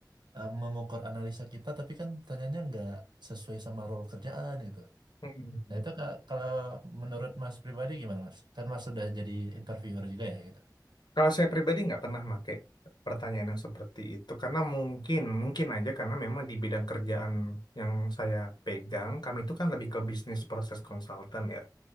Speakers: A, on the right; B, on the left.
A: eh, mengukur analisa kita tapi kan pertanyaannya nggak sesuai sama role kerjaan gitu.
B: Hmm.
A: Nah, itu ka- kalau menurut Mas pribadi gimana Mas? Kan Mas sudah jadi interviewer juga ya gitu.
B: Kalau saya pribadi nggak pernah pakai pertanyaan yang seperti itu karena mungkin mungkin aja karena memang di bidang kerjaan yang saya pegang kami itu kan lebih ke bisnis proses konsultan ya